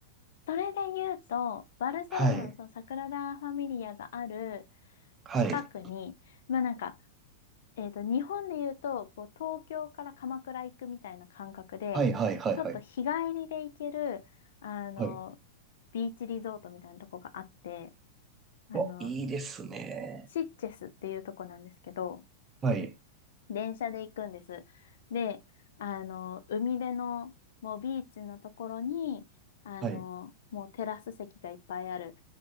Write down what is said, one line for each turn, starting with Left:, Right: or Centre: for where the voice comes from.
Left: それで言うと、バルセロナのそのサグラダ・
Right: はい。
Left: ファミリアがある
Right: はい。
Left: 近くに、まあなんか、えっと、日本で言うと、こう、東京から鎌倉行くみたいな感覚で、
Right: はいはいはいはい。
Left: ちょっと日帰りで行ける、あの、
Right: はい。
Left: ビーチリゾートみたいなとこがあって、あの、
Right: あ、いいですね。
Left: シッチェスっていうとこなんですけど、
Right: はい。
Left: 電車で行くんです。で、あの、海辺の、もうビーチのところに、あの、
Right: はい。
Left: もうテラス席がいっぱいある